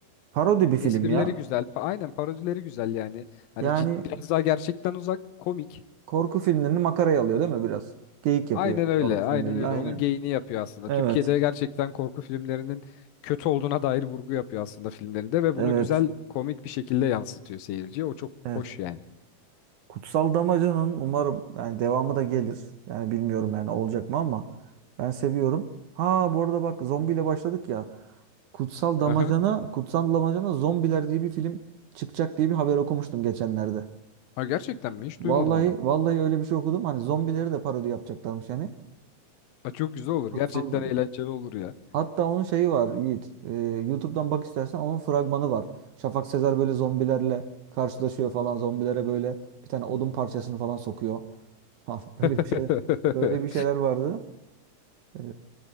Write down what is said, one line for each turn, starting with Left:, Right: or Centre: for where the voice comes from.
Right: Parodi
Left: e,
Right: bir film
Left: esprileri
Right: ya.
Left: güzel. Pa- aynen parodileri güzel yani. Hani
Right: Yani
Left: cid biraz daha gerçekten uzak, komik.
Right: korku filmlerini makaraya alıyor değil mi biraz? Geyik yapıyor
Left: Aynen öyle,
Right: korku
Left: aynen
Right: filmleriyle
Left: öyle.
Right: aynen.
Left: Onun geyini yapıyor aslında.
Right: Evet.
Left: Türkiye'de gerçekten korku filmlerinin kötü olduğuna dair vurgu yapıyor aslında filmlerinde ve bunu
Right: Evet.
Left: güzel, komik bir şekilde yansıtıyor seyirciye. O çok
Right: Evet.
Left: hoş yani.
Right: Kutsal Damacana'nın umarım yani devamı da gelir. Yani bilmiyorum yani olacak mı ama ben seviyorum. Ha bu arada bak zombiyle başladık ya. Kutsal Damacana,
Left: Aha.
Right: Kutsal Damacana Zombiler diye bir film çıkacak diye bir haber okumuştum geçenlerde.
Left: Ha gerçekten mi? Hiç
Right: Vallahi
Left: duymadım onu.
Right: vallahi öyle bir şey okudum. Hani zombileri de parodi yapacaklarmış yani.
Left: Ha, çok güzel olur.
Right: Kutsal.
Left: Gerçekten eğlenceli olur ya.
Right: Hatta onun şeyi var Yiğit. Ee, YouTube'dan bak istersen onun fragmanı var. Şafak Sezer böyle zombilerle karşılaşıyor falan. Zombilere böyle bir tane odun parçasını falan sokuyor. Falan. <laughs> Öyle
Left: <laughs>
Right: bir şeyler. Böyle bir şeyler vardı. Ee,